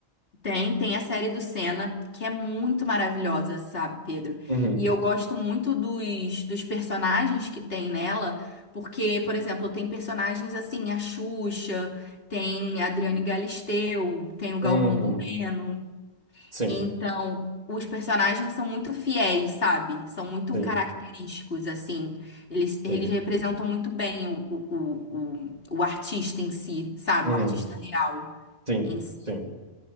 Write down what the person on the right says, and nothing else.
Uhum.
Uhum.
Sim,
sim,
sim.
Uhum,
Sim,
sim.